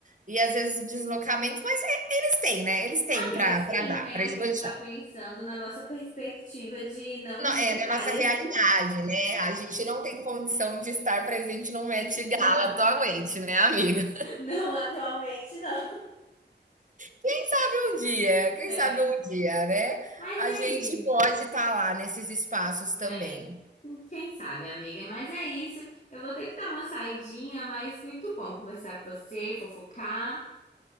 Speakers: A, on the right (about 45°); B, on the left (about 45°).
A: e às vezes o deslocamento, mas Eles têm, né? Eles têm
B: Amiga,
A: para
B: sim,
A: dar,
B: né?
A: para
B: A
A: esbanjar.
B: gente tá pensando na nossa perspectiva de não milionárias.
A: é na nossa realidade, né? A gente não tem condição de estar presente num Met Gala
B: Não,
A: atualmente, né, amiga?
B: não atualmente, não.
A: Quem sabe um dia, quem
B: É.
A: sabe um dia, né?
B: Mas
A: A
B: é
A: gente
B: isso.
A: pode estar lá nesses espaços também.
B: É, quem sabe, amiga, mas é isso. Eu vou ter que dar uma saidinha, mas muito bom conversar com você, fofocar,